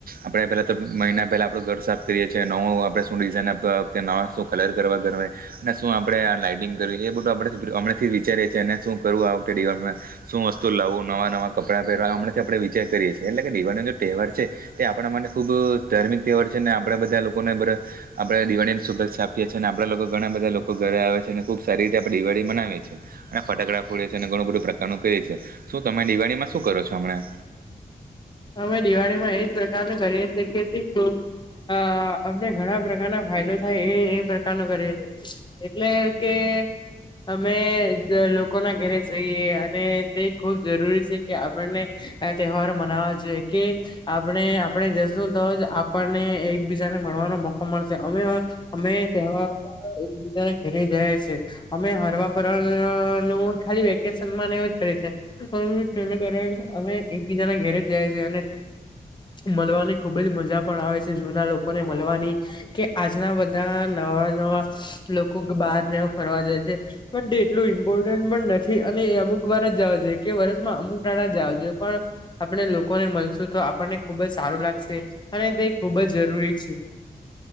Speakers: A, on the right (about 70°); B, on the left (about 30°).
A: આપણે પહેલા તો મહિના પહેલાં આપણે ઘર સાફ કરીએ છીએ નવું આપણે શું ડિઝાઇન આપવા કે નવા શું કલર કરવા ઘર હોય અને શું આપડે આ લાઈટિંગ કરીએ એ બધું આપડાથી અમણેથી વિચારીએ છે, અને શું કરવું આ વખતે દિવાલમાં શું વસ્તુ લાવું નવા નવા કપડાં પહેરવા હમડાથી આપણે વિચાર કરીએ છીએ એટલે કે દિવાળનો તહેવાર છે, તે આપણા મા ટે ખુબ ધાર્મિક તહેવાર છે, ને આપણે બધા લોકોને બધા આપણેે દિવાળની શુભેચછા આપીએ છીએ અને આપણા લોકો ઘણા બધા લોકો ઘરે આવે છે, અને ખુબ સારી રીતે આપડે દિવાળી મનાવીએ છે, અને ફટાકડા ફોડીએ છે, અને ઘણું બધું પ્રકારનું કેય છે, શું તમે દિવાળીમાં શું કરો છો હમણા?
B: અમે દિવાળીમાં એજ પ્રકારને કરીએ છે કે <unintelligible> અ અમને ઘણા પ્રકારના ફાયદો થાય એ એ પ્રકારનો કરી દ એટલે કે અમે લોકો ના ઘેરે જઈએ અને તે ખુબ જરૂરી છે કે આપણને હ તહેવાર મનાવ જોઈએ કે આપણે આપણે જશું તોજ આપણને એકબીજાને મળવાનો મકો મળશે અમે અમે તહેવારો એકબીજા ઘરે જયા છે અમે હરવા ફર નું ખાલી વેકેશન તેનું કારણ અમે એકબીજાના ઘેરે જ જાય છેી અને મળવાની ખુબ જ મજા પણ આવે છે જૂના લોકોને મળવાની કે આજના બધા નવા <unintelligible> લોકો બહાર નેવા ફરવા જાય છે, પણ એટલું ઇમ્પોર્ટન્ટ પણ નથી અને અમુક વાર જ જાવો જોયે કે વરસમાં અમુક દાળા જ જાવા જોઈએ પણ આપણે લોકોને મલશું તો આપણને ખૂબ જ સારું લાગશે અને તે ખૂબ જ જરૂરી છે.